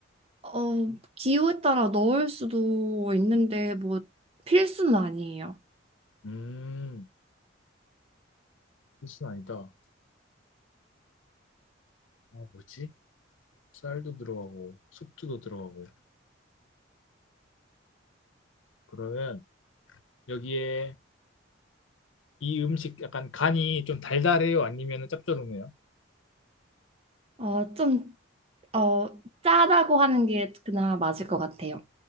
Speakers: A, on the right; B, on the left.
A: 어, 기호에 따라 넣을 수도 있는데 뭐 필수는 아니에요.
B: 음, 필수는 아니다. 아, 뭐지? 쌀도 들어가고 숙주도 들어가고 그러면 여기에 이 음식 약간 간이 좀 달달해요? 아니면 짭조름해요?
A: 어, 좀 어, 짜다고 하는 게 그나마 맞을 것 같아요.